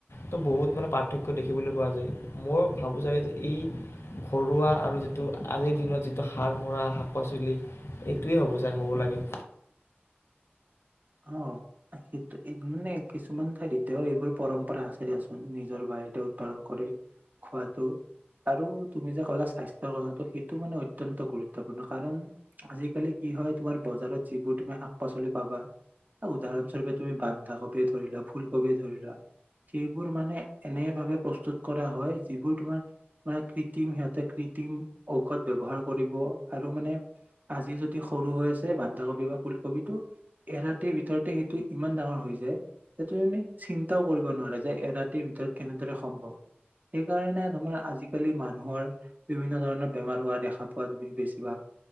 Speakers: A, on the left; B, on the right.
A: তো বহুত মানে পাৰ্থক্য দেখিবলৈ পোৱা যায় মই ভাবোঁ চাগৈ যে ই ঘৰুৱা আৰু যিটো আজিৰ দিনত যিটো সাৰ মৰা শাক পাচলি এইটোৱেই হ'ব য হ'ব লাগে
B: অ সেইটো মানে কিছুমান ঠাইত এতিয়াও এইবোৰ পৰম্পৰা আছে দিয়াচোন। নিজৰ বাৰীতে উৎপাদন কৰি খোৱাটো। আৰু তুমি যে কলা স্বাস্থ্য কথাটো সেইটো মানে অত্যন্ত গুৰুত্বপূৰ্ণ কাৰণ আজিকালি কি হয় তোমাৰ বজাৰত যিবোৰ তুমি শাক পাচলি পাবা উদাহৰণস্বৰূপে তুমি বন্ধাকবিয়ে ধৰি লোৱা, ফুলকবিয়ে ধৰি লোৱা সেইবোৰ মানে এনে ভাবেে প্ৰস্তুত কৰা হয় যিবোৰ তোমাৰ মানে কৃত্ৰিম সিহঁতে কৃত্ৰিম ঔষধ ব্যবহাৰ কৰিব আৰু মানে আজি যদি সৰু হৈ আছে বন্ধাকবি বা ফুলকবিটো এৰাতিৰ ভিতৰতে সেইটো ইমান ডাঙৰ হৈ যায় যে তুমি চিন্তাও কৰিব নোৱা যে এৰাতিৰ ভিতৰত কেনেদৰে সম্ভৱ সেইকাৰণে তোমাৰ আজিকালি মানুহৰ বিভিন্ন ধৰণৰ বেমাৰ হোৱা দেখা পোৱা তুমি বেছিভাগ